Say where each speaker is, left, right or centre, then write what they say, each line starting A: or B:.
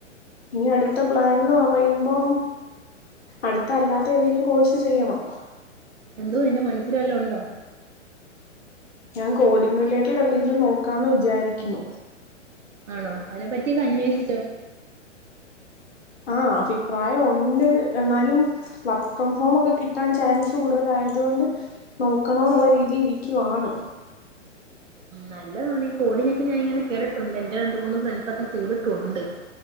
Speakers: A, on the left (about 55°); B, on the right (about 75°).
A: ഇനി അടുത്താ പ്ലാൻന്ന് പറയുമ്പോ അടുത്തല്ലാത്ത ഏതെങ്കിലും കോഴ്സ് ചെയ്യണം
B: എന്തോ നിന്റെ മനസ്സില് വല്ലാം ഒണ്ടോ
A: ഞാൻ കോഡിങ് റിലേറ്റഡ് എന്തെങ്കിലും നോക്കാന്ന് വിചാരിക്ക്ന്നു
B: ആണോ അയിനെ പറ്റിയെക്കോ അന്വേഷിച്ചോ
A: ആ അഭിപ്രായോ ഉണ്ട് എന്നാലും വർക്ക് ഫ്രം ഹോം ഒക്കെ കിട്ടാൻ ചാൻസ് കൂടുതലായത്കൊണ്ട് നോക്കണെ എന്നുള്ള രീതി ഇരിക്കുവാണ്
B: നല്ലതാണ് ഈ കോടിനൊക്കെ ഞാനിങ്ങനെ കേട്ടിട്ടുണ്ട് എൻ്റെ രണ്ട് മൂന്ന് ഫ്രണ്ട്സ് ഒക്കെ ചെയ്തിട്ടുണ്ട്